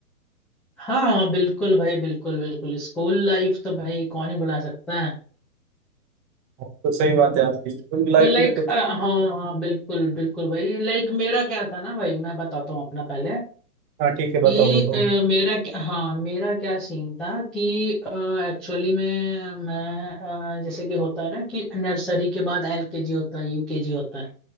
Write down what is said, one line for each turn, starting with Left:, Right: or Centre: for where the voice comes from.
Centre: हाँ हाँ, बिल्कुल भाई बिल्कुल बिल्कुल स्कूल लाइफ तो भाई कौन ही भुला सकता है
Right: तो सही बात है आपकी स्कूल लाइफ
Centre: तो लाइक
Right: में तो
Centre: हाँ हाँ बिल्कुल बिल्कुल भाई लाइक मेरा क्या था ना भाई मैं बताता हूँ अपना पहले
Right: हाँ ठीक है बताओ
Centre: कि
Right: बताओ
Centre: अ, मेरा क्या- हाँ मेरा क्या सीन था कि एक्चुअली में मैं अ, जैसे कि होता है ना कि नर्सरी के बाद एलकेजी होता है यूकेजी होता है